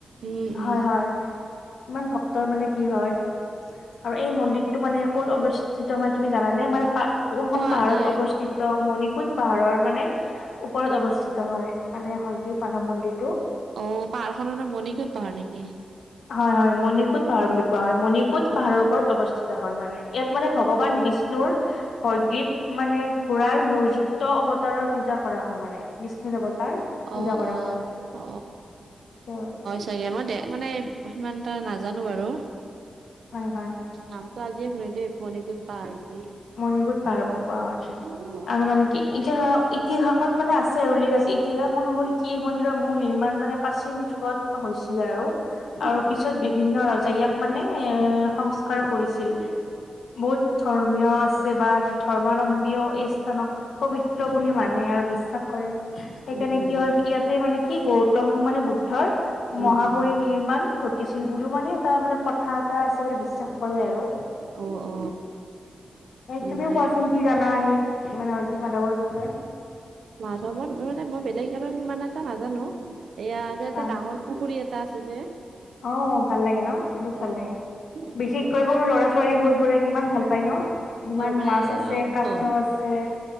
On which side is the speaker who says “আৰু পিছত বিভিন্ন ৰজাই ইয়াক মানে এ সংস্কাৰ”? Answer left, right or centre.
Left